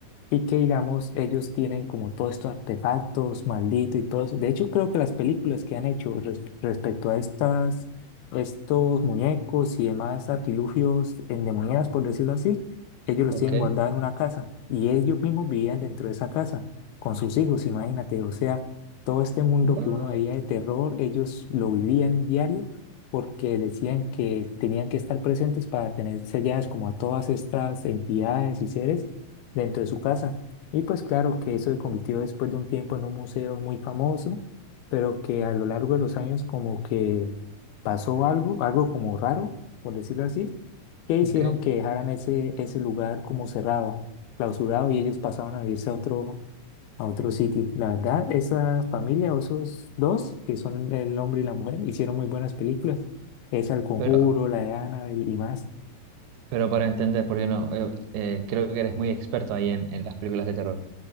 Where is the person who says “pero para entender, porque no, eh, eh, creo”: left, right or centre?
Right